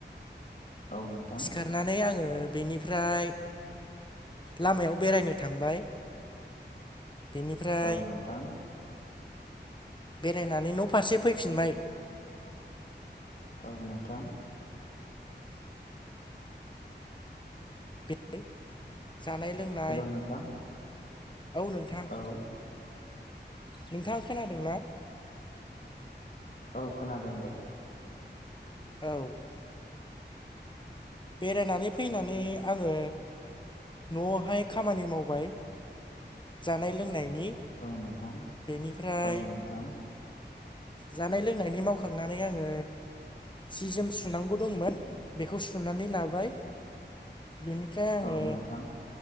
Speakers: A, on the left; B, on the left.
A: औ नोंथां
B: सिखारनानै आङो बेनिफ्राय लामायाव बेरायनो थांबाय। बेनिफ्राय
A: औ नोंथां।
B: बेरायनानै न' फारसे फैफिनबाय।
A: औ नोंथां।
B: बे जानाय लोंनाय
A: हेल' नोंथां
B: औ नोंथां।
A: औ
B: नोंथाङा खोनादोंना?
A: औ खोनादों दे।
B: औ। बेरायनानै फैनानै आङो न'आवहाय खामानि मावबाय। जानाय लोंनायनि
A: औ नोंथां
B: बेनिफ्राय
A: औ नोंथां
B: जानाय लोंनायनि मावखांनानै आङो सि जोम सुनांगौ दंमोन बेखौ सुनानै लाबाय। बेनिफ्राय आङो
A: औ नोंथां